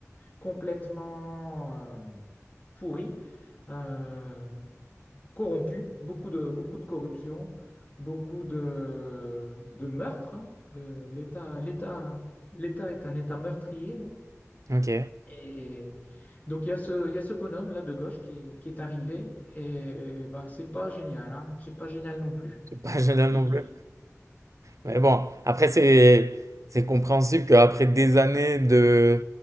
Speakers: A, on the left; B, on the right.
A: complètement euh, pourrie, euh, corrompue, beaucoup de, beaucoup de corruption, beaucoup de, de meurtres. hein, de l'État, l'État, l'État est un État meurtrier hein.
B: Ok.
A: Et donc il y a ce, il y a ce bonhomme-là de gauche qui, est qui est arrivé et bah, c'est pas génial, hein. C'est pas génial non plus.
B: C'est pas génial
A: Il,
B: non plus. Mais bon, après, c'est c'est compréhensible qu'après des années de,